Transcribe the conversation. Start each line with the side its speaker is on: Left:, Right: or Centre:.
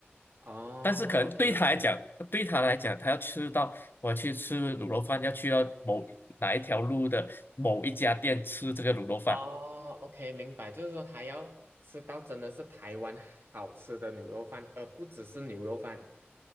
Right: 哦，OK
Left: 但是可能对他来讲，
Right: OK，
Left: 对他来讲，他要吃到我要去吃卤肉饭，要去到某哪一条路的某一家店吃这个卤肉饭。
Right: 哦，OK，明白，就是说他要吃到真的是台湾好吃的牛肉饭，而不只是牛肉饭。